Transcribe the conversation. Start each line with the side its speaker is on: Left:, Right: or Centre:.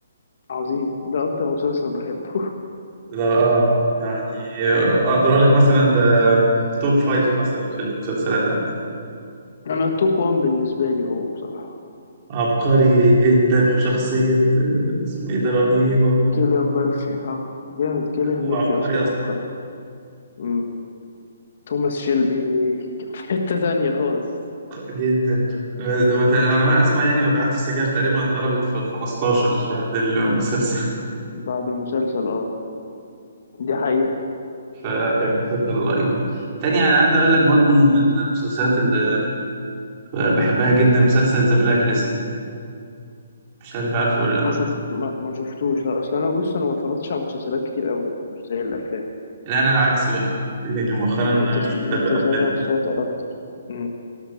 Left: عظيم ده أكتر مسلسل بحبه <laughs>
Right: ده اه يعني آه، اقدر اقول لك مثلا ده توب فايف مثلا في المسلسلات
Left: أنا التوب وان بالنسبة لي هو بصراحة
Right: عبقري جدا وشخصية آه، اسمه ايه ده رهيبة
Left: كيليان ميرفي اه جامد كيليان
Right: هو
Left: ميرفي
Right: عبقري
Left: أصلا
Right: اصلا
Left: عبقري مم. توماس شيلبي كان في حتة تانية خالص
Right: جدا آه، ده بت- على ما اسمع يعني مبيعات السجاير تقريبا اتضربت في ال 15 بعد المسلسل
Left: بعد المسلسل اه دي حقيقة
Right: <laughs> فكان مسلسل رهيب تاني يعني عندي اقول لك برضو من المسلسلات اللي بحبها جدا مسلسل ذا بلاك ليست مش عارف عارفه ولا
Left: ما شفت ما, ما شفتوش لا اصل انا بص انا ما اتفرجتش على مسلسلات كتير قوي يعني مش زي الافلام
Right: لا لا انا العكس بقى يعني مؤخرا
Left: انت
Right: مش متابع
Left: انت اتفرجت
Right: افلام
Left: على مسلسلات اكتر مم.